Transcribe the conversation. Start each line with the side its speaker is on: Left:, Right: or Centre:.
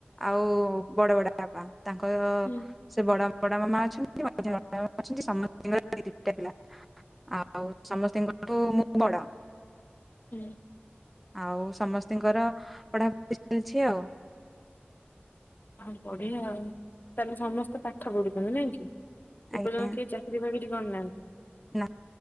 Centre: ଆଉ ବଡ଼ ବଡ଼ବାପା ତାଙ୍କର
Left: ହୁଁ
Centre: ସେ ବଡ ବଡମାମା ଅଛନ୍ତି ମଝିଆଁ ମଝିଆଁମାମା ଅଛନ୍ତି ସମଙ୍କର ଦି ଦିଟା ପିଲା ଆଉ ସମସ୍ ତାଙ୍କଠୁ ମୁଁ ବଡ଼।
Left: ହୁଁ।
Centre: ଆଉ ସମସ୍ତଙ୍କର ପଢ଼ାପଢ଼ି ଚାଲିଛି ଆଉ।
Left: ଆଉ ବଢିଆ ଆଉ ତାହେଲେ ସମସ୍ତେ ପାଠ ପଢୁଛନ୍ତି ନାଇଁ କି। ଏପର୍ଯ୍ୟନ୍ତ
Centre: ଆଜ୍ଞା
Left: କେହି ଚାକିରି ବାକିରି କରିନାହାନ୍ତି।
Centre: ନା